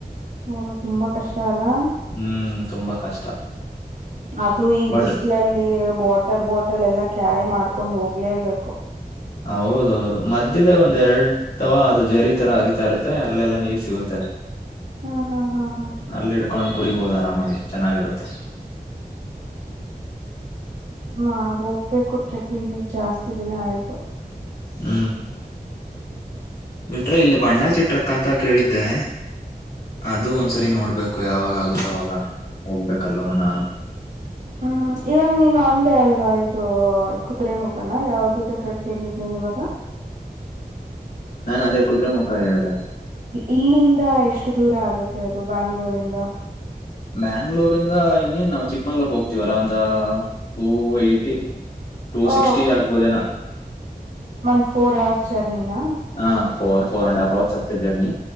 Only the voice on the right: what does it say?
ಹ ಓ ತುಂಬಾ ಕಷ್ಟ ಅಲ್ಲಾ
ಅದು ಈ
ಬಿಸಿಲಲ್ಲಿ ವಾಟರ್ ಬಾಟಲ್ ಎಲ್ಲಾ ಕ್ಯಾರಿ ಮಾಡ್ಕೊಂಡ್ ಹೋಗ್ಲೇಬೇಕು
ಹಾ ಹಾ ಹಾ ಹಾ
ಹ ಹೋಗ್ಬೇಕು ಟ್ರೆಕ್ಕಿಂಗಗ್ ಜಾಸ್ತಿ ದಿನ ಆಯ್ತು
ಹ್ಮ್ ಇವಾಗ ನೀನು ಅಂದೇ ಅಲ್ವಾ ಇದು ಕುದುರೆ ಮುಖನ ಯಾವ್ದ ಟ್ರಕ್ ಕೇಳಿದ್ದನೇನ್ ಇವಾಗ
ಇಲ್ಲಿಂದ ಎಷ್ಟು ದೂರ ಆಗತ್ತೆ ಅದು ಬ್ಯಾಂಗ್ಳೂರಿಂದ
ಓ
ಒನ್ ಫೋರ್ ಅವವರ್ಸ್ ಜರ್ನಿನ